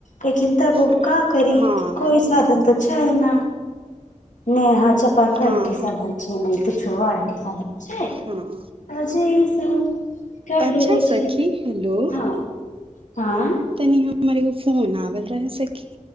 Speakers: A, on the left (about 80°); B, on the right (about 45°).
A: लेक त ब
B: हँ
A: का करी कोइ साधन त छ छैना नेहा चापाकल
B: हँ
A: के साधन छै नहि किछो आर के साधन छै
B: हँ
A: जे से कर
B: अच्छा
A: लेबै
B: सखी
A: छियै
B: हलो
A: हँ हँ
B: तनी हमरएगो फोन आवल रह सखी